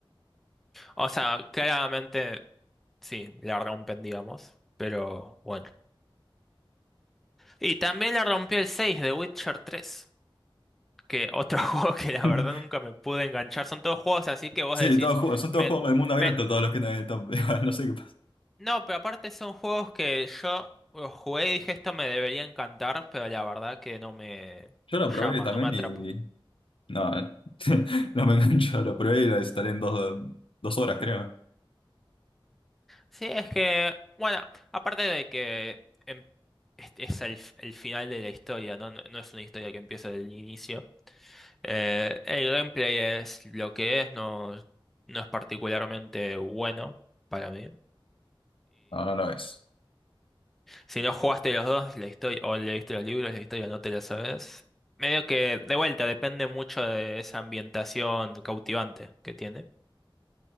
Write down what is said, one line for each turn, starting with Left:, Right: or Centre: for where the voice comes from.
Centre: o sea, claramente sí, la rompen, digamos. Pero bueno. Y también la rompió el 6 de Witcher tres. que otro <laughs> juego que la
Left: <laughs>
Centre: verdad nunca me pude enganchar. Son todos juegos así que vos
Left: Sí,
Centre: decís,
Left: todos juegos, son
Centre: me,
Left: todos juegos del mundo abierto,
Centre: me,
Left: todos los que están en el top. <laughs> No sé qué pasa.
Centre: no, pero aparte son juegos que yo los jugué y dije esto me debería encantar, pero la verdad que no me
Left: Yo lo
Centre: llama,
Left: probé también
Centre: no me atrapa.
Left: y. No, no <laughs> no me engancho. Lo probé y lo instalé en dos, dos horas, creo.
Centre: Sí, es que, bueno, aparte de que em- es, es el, f- el final de la historia, ¿no? No, no es una historia que empieza del inicio. Eh, el gameplay es lo que es, no, no es particularmente bueno para mí.
Left: No, no lo es.
Centre: Si no jugaste los dos, la historia, o leíste los libros, la historia no te la sabes. Medio que, de vuelta, depende mucho de esa ambientación cautivante que tiene.